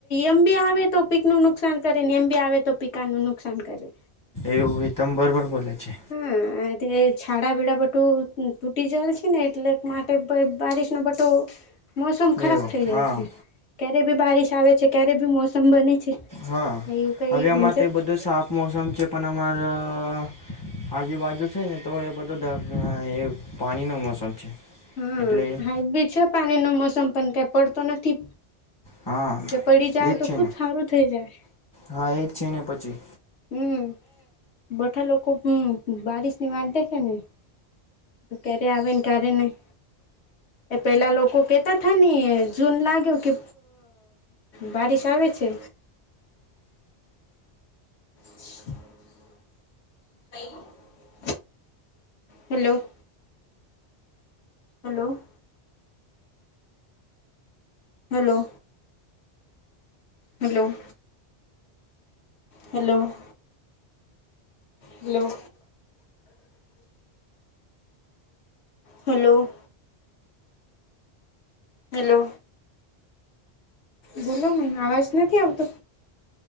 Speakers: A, on the left; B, on the left.
A: એમ બી આવે તો પીકનું નુકસાન કરે ને એમ બી આવે તો પિકાનું નુકસાન કરે.
B: એવું એ તમે બરોબર બોલે છે.
A: હા તે છાડાબીડા બટું તૂટી જાય છે ને એટલે માટે પણ બારીશ ન બટો મોસમ
B: એવું
A: ખરાબ થઈ ગયેલ
B: હા
A: છે ક્યારે બી બારિશ આવે છે, ક્યારે બી મોસમ બને છે.
B: હા
A: એવું કઈ
B: હવે અમા
A: મતલબ
B: તો બધું સાફ મોસમ છે પણ અમારા આજુ બાજુ છે ને તો એ બધો એ પાણીનો મોસમ છે.
A: હા
B: એટલે
A: હાઈવે છે પાણીનો મોસમ પણ ક્યાં પડતો નથી.
B: હા.
A: જે પડી જાય
B: એજ છે
A: તો
B: ને
A: ખુબ સારું થઈ જાય.
B: હા એક છે ને પછી
A: હમ બધા લોકો હમ બારીશની વાત દેખે ને તો ક્યારે આવેને ક્યારે નહી.
B: <inaudible>
A: એ પહેલાં લોકો કહેતા હતાા ને જૂન લાગ્યો કે બારિશ આવે છે.
B: <inaudible>
A: <inaudible> <inaudible> Hello hello. Hello. Hello. Hello. Hello. Hello. Hello બોલો મે અવાજ નથી આવતો.